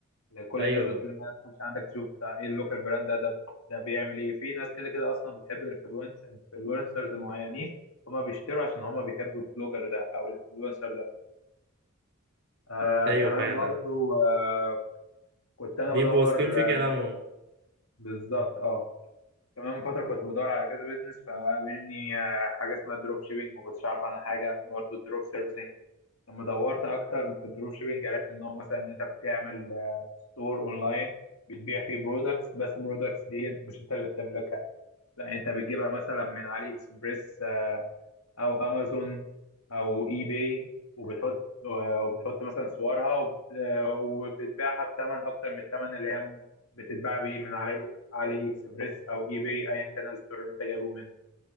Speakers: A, on the left; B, on the right.
A: يعني كل
B: ايوه
A: الناس بتلاقيها تخش عندك تشوف ده ايه اللوكال براند ده ده ده بيعمل ايه في ناس كده كده اصلا بتحب انفلونسرز معينين هما بيشتروا عشان هما بيحبوا البلوجر ده او الانفلونسر ده آه
B: ايوه
A: كمان
B: فعلا
A: برضو آه كنت انا
B: بيبقوا
A: بدور
B: واثقين في
A: آه
B: كلامهم
A: بالظبط اه كمان من فتره كنت بدور على كذا بيزنس فقابلني آه حاجه اسمها دروب شيبينج ما كنتش اعرف عنها حاجه برضو الدروب سيرفيسنج لما دورت اكتر في الدروب شيبينج عرفت ان هو مثلا ان انت بتعمل آه ستور اونلاين بتبيع فيه برودكتس بس البرودكتس دي مش انت اللي بتملكها لا انت بتجيبها مثلا من علي اكسبريس او امازون او اي باي وبتحط وبتحط مثلا صورها وبت- وبتبيعها بثمن اكتر من الثمن اللي هي بتتباع بيه من علي علي اكسبريس او اي باي ايا كان الستور اللي انت جايبه منه